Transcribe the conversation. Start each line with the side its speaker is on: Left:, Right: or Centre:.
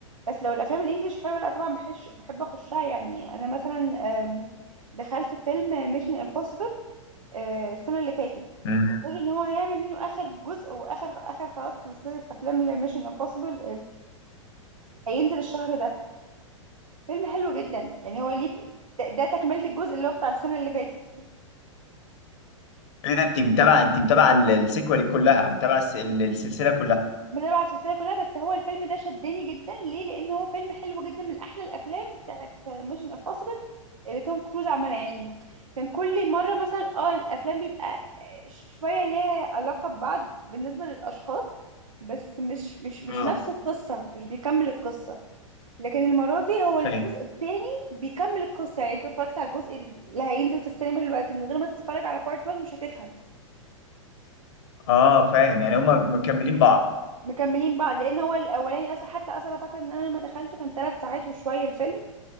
Right: بس لو الافلام الانجليش حلوه لا طبعا بحش بحب اخشها يعني انا مثلا أم، دخلت فيلم ميشن امبوسيبل السنه اللي فاتت
Left: مم.
Right: وخد ان هو هيعمل منه اخر جزء واخر اخر خلاص سلسله افلام لميشن امبوسيبل هينزل الشهر ده فيلم حلو جدا يعني هو ليه ده, ده تكمله الجزء اللي هو بتاع السنه اللي فاتت
Left: ايه ده انت متابعه انت متابعه ال- السيكوال كلها متابعه الس- ال- السلسله كلها
Right: بتابع السلسله كلها بس هو الفيلم ده شدني جدا ليه لان هو فيلم حلو جدا من احلى الافلام بتاعت ميشن امبوسيبل اللي توم كروز عملها يعني كان كل مره مثلا اه الافلام بيبقى آه، ش- شويه ليها علاقه ببعض بالنسبه للاشخاص بس مش مش مش
Left: اه
Right: نفس القصه مش بيكمل القصه لكن المره دي هو
Left: فاهم
Right: الجزء الثاني بيكمل القصه يعني انت لو اتفرجت على الجزء اللي هينزل في السينما دلوقتي من غير ما تتفرج على بارت 1 مش هتفهم
Left: اه فاهم يعني هما مكملين بعض
Right: مكملين بعض لان هو الاولاني اصلا حتى اصلا انا فاكره ان انا لما دخلته كان ثلاث ساعات وشويه الفيلم